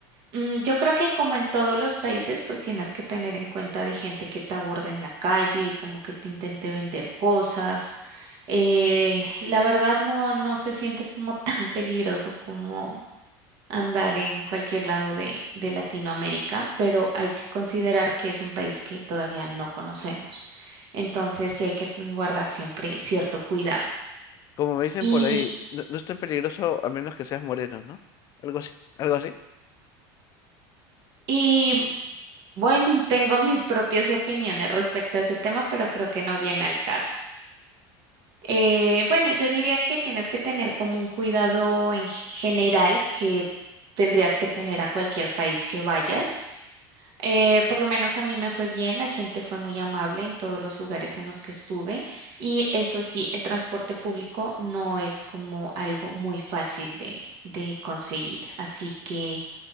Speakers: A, on the right; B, on the left.
A: Mm, Yo creo que como en todos los países, pues tienes que tener en cuenta de gente que te aborda en la calle, como que te intente vender cosas. Eh, la verdad no, no se siente como <laughs> tan peligroso como andar en cualquier lado de, de Latinoamérica, pero hay que considerar que es un país que todavía no conocemos. Entonces sí hay que guardar siempre cierto cuidado.
B: Como me dicen
A: Y,
B: por ahí, no, no es tan peligroso a menos que seas moreno, ¿no? Algo así, algo así.
A: y bueno, <laughs> tengo mis propias opiniones respecto a ese tema, pero creo que no viene al caso. Eh, bueno, yo diría que tienes que tener como un cuidado en general que tendrías que tener a cualquier país que vayas. Eh, por lo menos a mí me fue bien, la gente fue muy amable en todos los lugares en los que estuve y eso sí, el transporte público no es como algo muy fácil de, de conseguir. Así que